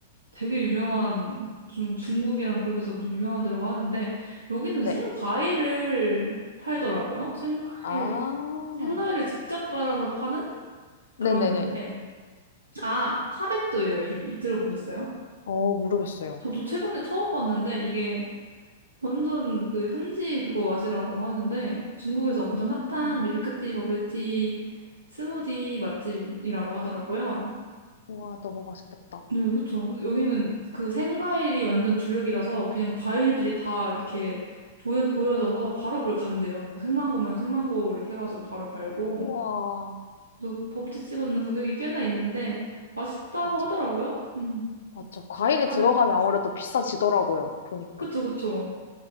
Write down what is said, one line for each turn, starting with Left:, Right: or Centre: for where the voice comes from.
Right: 되게 유명한 무슨 중국이랑 그런 데서 엄청 유명한 데라고 하는데 여기는
Left: 네.
Right: 생과일을 팔더라고요. 생과일
Left: 아,
Right: 생과일을 직접 갈아서 파는 그런
Left: 네네네.
Right: 데인데 아 차백도예요 이름이 들어보셨어요?
Left: 어, 모르겠어요.
Right: 저도 최근에 처음 봤는데 이게 완전 그 현지 그거 맛이라고 하는데 중국에서 엄청
Left: 음,
Right: 핫한 밀크티 버블티 스무디 맛집이라고 하더라고요.
Left: 우와, 너무 맛있겠다.
Right: 네, 그쵸. 근데 여기는 그 생과일이 완전 주력이라서 그냥 과일들이 다 이렇게 보여, 보여져서
Left: 우와,
Right: 바로 그걸 간대요. 뭐 생망고면 생망고 이렇게 해가지고 바로 갈고.
Left: 우와.
Right: 그래서 버블티 치고는 가격이 꽤나 있는데 맛있다고
Left: 맞아.
Right: 하더라고요. 음,
Left: 맞죠. 과일이
Right: 사백.
Left: 들어가면 아무래도 비싸지더라고요. 보니까.
Right: 그쵸, 그쵸.